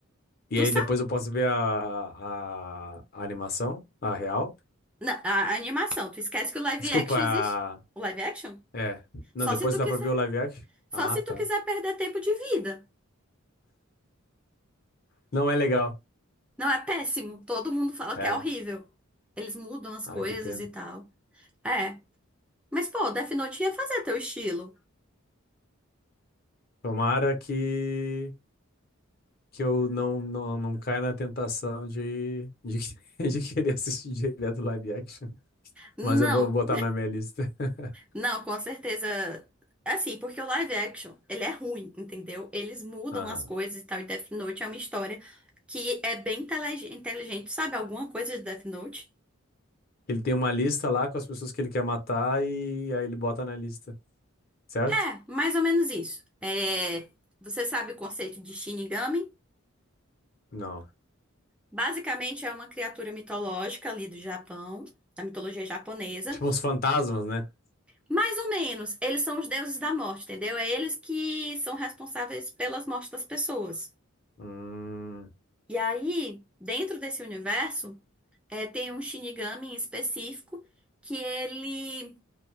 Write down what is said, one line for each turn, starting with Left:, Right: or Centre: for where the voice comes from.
Left: E
Centre: Tu
Left: aí
Centre: sabe?
Left: depois eu posso ver a, a, a animação, a real.
Centre: na- a, a animação, tu esquece que o live
Left: Desculpa,
Centre: action
Left: a-
Centre: existe? O live action?
Left: é. Não,
Centre: Só
Left: depois
Centre: se tu
Left: dá
Centre: quiser.
Left: pra ver o live action.
Centre: Só
Left: Ah,
Centre: se
Left: tá.
Centre: tu quiser perder tempo de vida.
Left: Não é legal.
Centre: Não é péssimo. Todo mundo fala
Left: É.
Centre: que é horrível. Eles mudam as
Left: Ah,
Centre: coisas
Left: que pena.
Centre: e tal. É. Mas, pô, Death Note ia fazer teu estilo.
Left: Tomara que, que eu não, não, não caia na tentação de, de, <laughs> de querer assistir direto live action.
Centre: Não.
Left: Mas eu vou botar na minha lista. <laughs>
Centre: Não, com certeza. Assim, porque o live action, ele é ruim, entendeu? Eles mudam
Left: Aham.
Centre: as coisas e tal. E Death Note é uma história que é bem intelig- inteligente. Sabe alguma coisa de Death Note?
Left: Ele tem uma lista lá com as pessoas que ele quer matar e aí ele bota na lista, certo?
Centre: É, mais ou menos isso. É, você sabe o conceito de Shinigami?
Left: Não.
Centre: Basicamente é uma criatura mitológica ali do Japão, da mitologia japonesa.
Left: Tipo uns fantasmas, né?
Centre: Mais ou menos, eles são os deuses da morte, entendeu? É eles que são responsáveis pelas mortes das pessoas.
Left: Hum,
Centre: E aí, dentro desse universo. É, tem um Shinigami em específico que ele